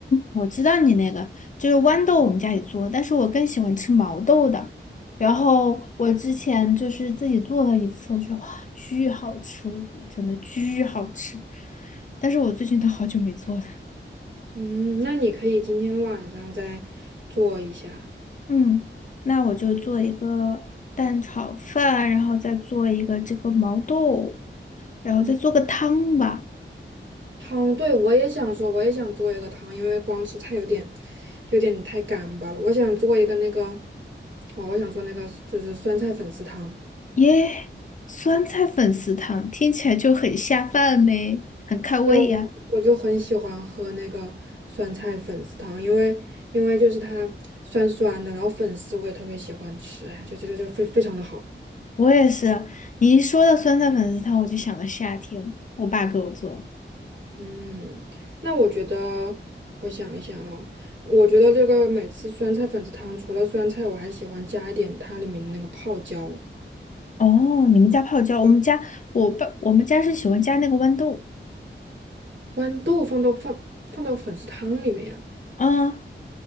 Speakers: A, on the left; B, on the right.
A: 我知道你那个就是豌豆，我们家也做，但是我更喜欢吃毛豆的。然后我之前就是自己做了一次，我觉得哇，巨好吃无比，真的巨好吃。但是我最近都好久没做了。
B: 嗯，那你可以今天晚上再做一下。
A: 嗯，那我就做一个蛋炒饭，然后再做一个这个毛豆，然后再做个汤吧。
B: 嗯。汤，对，我也想说，我也想做一个汤，因为光吃菜有点有点太干巴了。我想做一个那个，哇，我想做那个就是酸菜粉丝汤。
A: 耶，酸菜粉丝汤听起来就很下饭呢，很开胃呀。
B: 对，我就很喜欢喝那个酸菜粉丝汤，因为因为就是它酸酸的，然后粉丝我也特别喜欢吃，哎，就觉得这非非常的好。
A: 我也是，你一说到酸菜粉丝汤，我就想到夏天，我爸给我做的。
B: 嗯，那我觉得，我想一想啊，我觉得这个每次酸菜粉丝汤除了酸菜，我还喜欢加一点它里面的那个泡椒。
A: 哦，你们家泡椒，我们家我爸我们家是喜欢加那个豌豆。
B: 豌豆放到放放到粉丝汤里面呀？
A: 嗯，